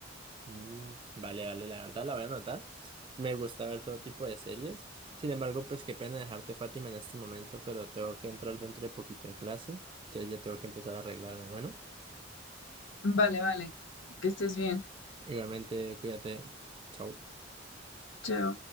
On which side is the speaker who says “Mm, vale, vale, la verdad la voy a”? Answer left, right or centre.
Right